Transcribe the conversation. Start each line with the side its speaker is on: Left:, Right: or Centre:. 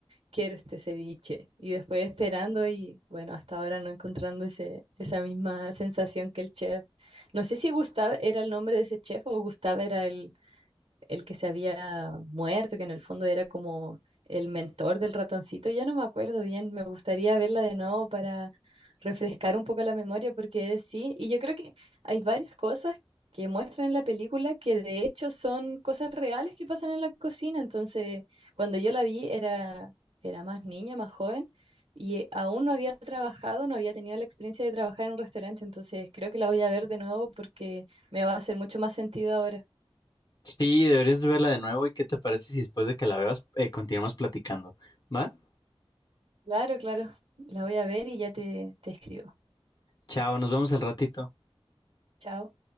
Right: quiero este ceviche. Y después esperando y bueno, hasta ahora no encontrando ese, esa misma sensación que el chef. No sé si Gustave era el nombre de ese chef o Gustave era el que se había muerto, que en el fondo era como el mentor del ratoncito, ya no me acuerdo bien, me gustaría verla de nuevo para refrescar un poco la memoria, porque sí, y yo creo que hay varias cosas que muestran en la película que de hecho son cosas reales que pasan en la cocina, entonces cuando yo la vi era, era más niña, más joven. Y eh, aún no había trabajado, no había tenido la experiencia de trabajar en un restaurante, entonces creo que la voy a ver de nuevo porque me va a hacer mucho más sentido ahora.
Left: Sí, deberías verla de nuevo. ¿Y qué te parece si después de que la veas, eh, continuamos platicando? ¿Va?
Right: Claro, claro. La voy a ver y ya te, te escribo.
Left: Chao, nos vemos al ratito.
Right: Chao.